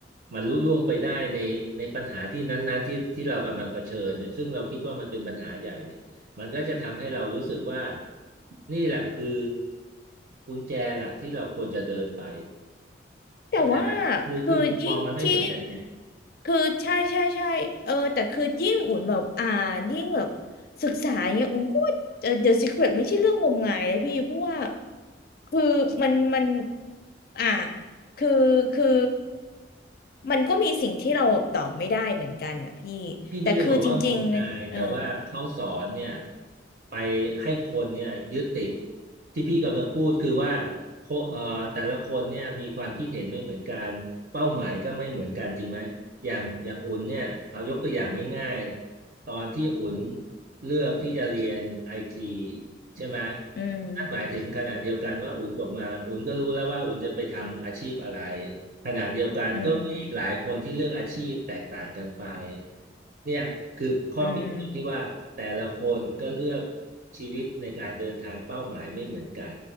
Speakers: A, on the right (about 50°); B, on the left (about 50°).
A: มันลุล่วงไปได้ในในปัญหาที่นั้นๆที่ที่เรากำลังเผชิญเนี่ยซึ่งเราคิดว่ามันเป็นปัญหาใหญ่เนี่ยมันก็จะทำให้เรารู้สึกว่านี่แหละคือกุญแจหลักที่เราควรจะเดินไป
B: แต่ว่า
A: เข้าใจไหมคือคือมุมมองมันไม่เหมือนกันเนี่ย
B: คือยิ่งที่คือใช่ใช่ใช่เออแต่คือยิ่งอุ่นแบบอ่านยิ่งแบบศึกษาอย่างเงี้ยอุ่นก็ว่าเออ The Secret ไม่ใช่เรื่องงมงายนะพี่เพราะว่าคือมันมันอ่าคือคือมันก็มีสิ่งที่เราตอบไม่ได้เหมือนกันอ่ะพี่
A: พี่ไม่ได้บอกว่างมงายแต่ว่าเขาสอนเนี่ย
B: แต่คือจริงๆเนี่ยเออ
A: ไปให้คนเนี่ยยึดติดที่พี่กำลังพูดคือว่าโคเอ่อแต่ละคนเนี่ยมีความคิดเห็นไม่เหมือนกันเป้าหมายก็ไม่เหมือนกันจริงไหมอย่างอย่างอุ่นเนี่ยเอายกตัวอย่างง่ายๆตอนที่อุ่นเลือกที่จะเรียนไอทีใช่ไหม
B: อืม
A: นั่นหมายถึงขณะเดียวกันว่าอุ่นจบมาอุ่นก็รู้แล้วว่าอุ่นจะไปทำอาชีพอะไร ขณะเดียวกันก็มีอีกหลายคนที่เลือกอาชีพแตกต่างกันไป
B: อืม
A: เนี่ยคือข้อเปรียบเทียบที่ว่าแต่ละคนก็เลือก
B: อืม
A: ชีวิตในการเดินทางเป้าหมายไม่เหมือนกัน